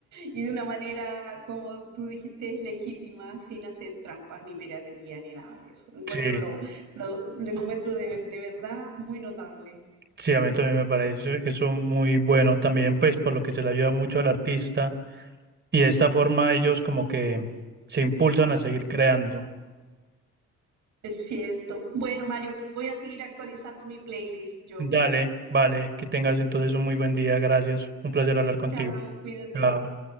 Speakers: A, on the right (about 75°); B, on the right (about 35°).
A: Y de una manera, como tú dijiste, es legítima, sin hacer trampas, ni piratería, ni nada de eso. Lo encuentro,
B: sí,
A: lo, lo, lo encuentro de, de verdad muy notable.
B: sí, a mí también me parece eso muy bueno también, pues por lo que se le ayuda mucho al artista y de esta forma ellos como que se impulsan a seguir creando.
A: Es cierto. Bueno, Mario, voy a seguir actualizando mi playlist yo.
B: Dale, vale, que tengas entonces un muy buen día, gracias, un placer hablar contigo.
A: Chao, cuídate.
B: Chao.